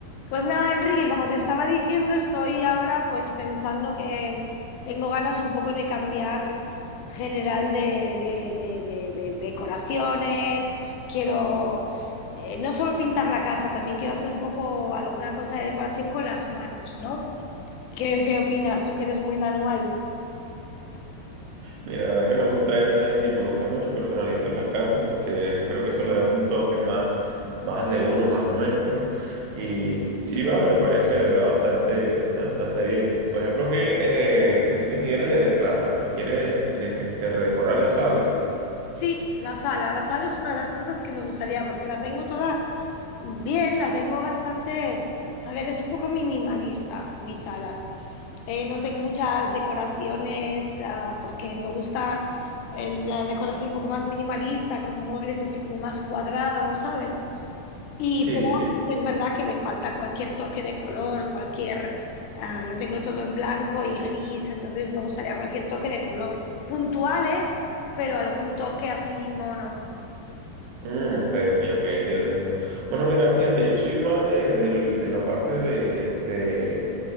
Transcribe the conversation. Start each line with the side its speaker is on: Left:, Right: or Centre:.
Left: Pues nada, Enrique, como te estaba diciendo, estoy ahora pues pensando que tengo ganas un poco de cambiar general de, de- de- de- de decoraciones, quiero eh, no solo pintar la casa, también quiero hacer un poco alguna cosa de decoración con las manos, ¿no? ¿Qué, qué opinas? Tú que eres muy manual.
Right: Mira, la verdad que me gusta eso, es decir, me gusta mucho personalizar la casa porque eso, creo que eso le da un toque más, más de uno, más nuestro. Y sí, vale, me parece de verdad bastante, bastante, bastante bien. Por ejemplo, que eh, me dijiste que quieres, de- la, la, me quieres de- este, redecorar la sala.
Left: Sí, la sala, la sala es una de las cosas que me gustaría porque la tengo toda bien, la tengo bastante, a ver, es un poco minimalista mi sala. Eh, no tengo muchas decoraciones ah, porque me gusta eh, la decoración un poco más minimalista, con muebles así como más cuadrados, ¿sabes? Y
Right: Sí,
Left: pero
Right: sí.
Left: sí que es verdad que le falta cualquier toque de color, cualquier... ah, lo tengo todo en blanco y gris, entonces me gustaría cualquier toque de color. Puntuales, pero algún toque así mono.
Right: Mm, ok, ok, ok, entiendo, entiendo. Bueno, mira, fíjate, yo soy más de, del- de la parte de este.